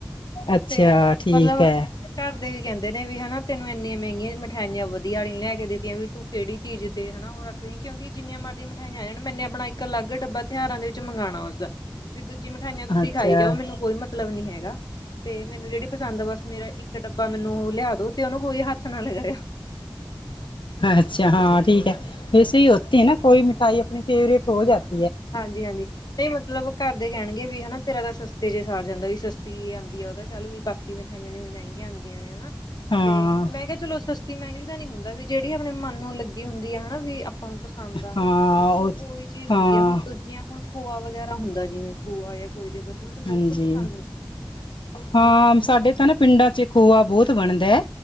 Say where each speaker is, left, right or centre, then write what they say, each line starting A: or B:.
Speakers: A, on the left; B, on the left.
A: ਅੱਛਾ
B: ਤੇ
A: ਠੀਕ
B: ਮਤਲਬ,
A: ਹੈ
B: ਘਰ ਦੇ ਵੀ ਕਹਿੰਦੇ ਨੇ ਵੀ ਹਨਾ ਤੈਨੂੰ ਇੰਨੀਆ ਮਹਿੰਗੀਆਂ ਮਠਿਆਈਆਂ ਇਨੀਆਂ ਵਧੀਆ ਨਹੀ ਲੈ ਕੇ ਦਿਤੀਆਂ ਵੀ ਤੂੰ ਕਿਹੜੀ ਚੀਜ਼ ਤੇ ਹਨਾ ਉਹ ਕਿਉਂਕਿ ਜਿੰਨੀਆਂ ਮਰਜ਼ੀ ਮਠਾਈਆਂ ਆ ਜਾਣ ਮੈਨੇ ਆਪਣਾ ਇੱਕ ਅਲੱਗ ਡੱਬਾ ਤਿਉਹਾਰਾਂ ਦੇ ਵਿੱਚ ਮੰਗਾਉਣਾ ਹੁੰਦਾ। ਵੀ ਦੂਜੀ ਮਿਠਾਈਆਂ ਤੁਸੀਂ
A: ਅੱਛਾ
B: ਖਾਈ ਜਾਓ ਮੈਨੂੰ ਕੋਈ ਮਤਲਬ ਨੀ ਹੈਗਾ ਤੇ ਮੈਨੂੰ ਜਿਹੜੀ, ਪਸੰਦ ਆ ਬਸ ਮੇਰਾ ਇੱਕ ਡੱਬਾ ਮੈਨੂੰ ਉਹ ਲਿਆ ਦੋ ਤੇ ਉਹਨੂੰ ਕੋਈ ਹੱਥ ਨਾ ਲਗਾਇਓ।
A: ਹਾਂ ਅੱਛਾ ਹਾਂ ਠੀਕ ਹੈ ਵੈਸੇ ਹੀ ਹੋਤੀਆ ਨਾ ਕੋਈ ਮਿਠਾਈ ਆਪਣੀ ਫੇਵਰੇਟ ਹੋ ਜਾਤੀ,
B: ਹਾਂਜੀ-ਹਾਂਜੀ, ਨਹੀ ਮਤਲਬ ਘਰ ਦੇ ਕਹਿਣਗੇ ਵੀ ਹਨਾ ਤੇਰਾ ਤਾਂ ਸਸਤੇ ਚ ਹੀ ਸਰ ਜਾਂਦਾ ਵੀ ਸਸਤੇ, ਤੀ ਆਉਂਦੀ ਆ ਉਹਦਾ ਚੱਲ ਵੀ ਬਾਕੀ ਮਿਠਾਈਆਂ ਜਿਵੇਂ ਮਹਿੰਗੀਆਂ ਆਉਂਦੀਆ ਨੇ
A: ਹਾਂ
B: ਤੇ ਮੈ ਕਿਹਾ ਚਲੋ ਸਸਤੇ ਸਸਤੀ ਮਹਿੰਗੀ ਦਾ ਨੀ ਹੁੰਦਾ ਵੀ ਜਿਹੜੀ ਆਪਣੇ ਮਨ ਨੂੰ ਲੱਗੀ ਹੁੰਦੀ ਆ ਹਨਾ ਵੀ ਆਪਾਂ ਪਸੰਦ ਆ,
A: ਹਾਂ
B: ਮਤਲਬ
A: ਉਹ
B: ਉਹੀ ਚੀਜ਼
A: ਹਾਂ
B: ਹੁੰਦੀ ਆ ਹੁਣ, ਜਿਵੇਂ, ਹੁਣ ਖੋਆ ਵਗੈਰਾ ਹੁੰਦਾ। ਜਿਵੇਂ ਖੋਆ ਜਾਂ ਖੋਏ ਦੇ ਮੈਨੂੰ, ਬਿਲਕੁੱਲ
A: ਹਾਂਜੀ
B: ਪਸੰਦ ਨਹੀਂ।
A: ਹਾਂ,
B: ਮਤਲਬ ਮੈਂ
A: ਸਾਡੇ ਤਾਂ ਨਾ ਪਿੰਡਾਂ ਚ ਖੋਆ ਬਹੁਤ ਬਣਦਾ ਹੈ।